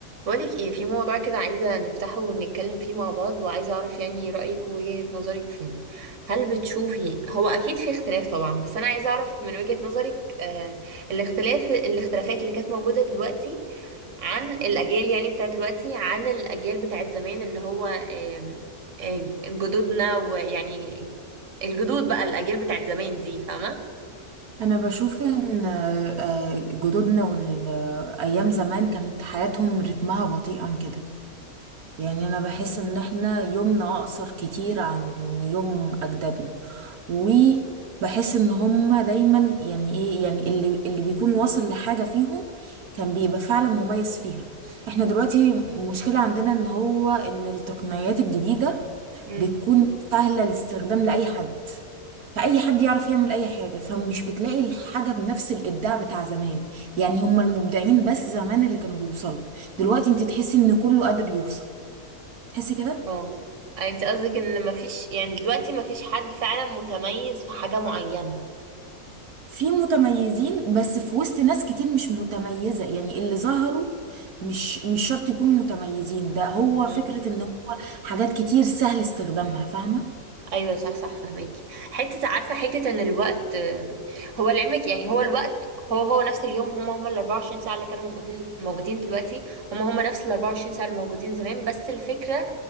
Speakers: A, on the right; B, on the right.
A: بقولك ايه في موضوع كده عايزة نفتحه ونتكلم فيه مع بعض وعايزة اعرف يعني رأيك ووجهة نظرك فيه هل بتشوفي هو اكيد في اختلاف طبعا بس انا عايزة اعرف من وجهة نظرك آه الاختلاف الاختلافات اللي كانت موجودة دلوقتي عن الاجيال يعني بتاعت دلوقتي عن الاجيال بتاعت زمان اللي هو آم، آه، جدودنا ويعني الجدود بقى الاجيال بتاعت زمان دي فاهمة
B: انا بشوف ان آه، آه، جدودنا والايام زمان كانت حياتهم رتمها بطيء عن كده يعني انا بحس ان احنا يومنا اقصر كتير عن يوم اجدادنا وبحس ان هما دايما يعني ايه يعني اللي اللي بيكون واصل لحاجة فيهم كان بيبقى فعلا مميز فيها احنا دلوقتي مشكلة عندنا ان هو ان التقنيات الجديدة
A: امم
B: بتكون سهلة الاستخدام لأي حد فأي حد يعرف يعمل أي حاجة فمش بتلاقي الحاجة بنفس الإبداع بتاع زمان يعني هم المبدعين بس زمان اللي كانوا بيوصلوا دلوقتي أنت تحسي إن كله قادر يوصل تحسي كده
A: اه يعني انت قصدك ان مفيش يعني دلوقتي مفيش حد فعلا متميز في حاجة معينة
B: في متميزين بس في وسط ناس كتير مش متميزة يعني اللي ظهروا مش مش شرط يكونوا متميزين ده هو
A: مم.
B: فكرة إن هو حاجات كتير سهل استخدامها فاهمة؟
A: ايوه صح صح فهماكي حته عارفه حته ان الوقت آم، هو لعلمك يعني هو الوقت هو هو نفس اليوم هما هما ال 24 ساعه اللي كانوا موجودين موجودين دلوقتي هما هما نفس ال 24 ساعه اللي موجودين زمان بس الفكره